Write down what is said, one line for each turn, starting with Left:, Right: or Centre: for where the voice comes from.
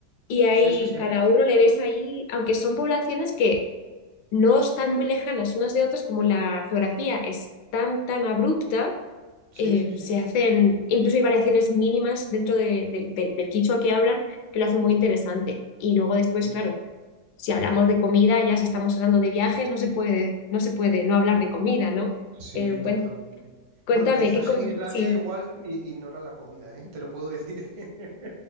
Left: Y ahí
Right: sí, sí, sí,
Left: cada uno le ves ahí, aunque son poblaciones que no están muy lejanas unas de otras, como la geografía es tan, tan abrupta,
Right: sí,
Left: eh,
Right: sí, sí.
Left: se hacen, incluso hay variaciones mínimas dentro de- de- del del quichua que hablan que lo hacen muy interesante. Y luego después,
Right: Qué
Left: claro, si hablamos de comida, ya si estamos hablando de viajes, no se puede, no se puede no hablar de comida, ¿no?
Right: Sí,
Left: Eh, cuen-
Right: totalmente.
Left: cuéntame,
Right: Bueno, quizás
Left: ¿qué com-
Right: en Islandia
Left: Sí.
Right: igual i- ignora la comida, ¿eh? <laughs> Te lo puedo decir, <laughs>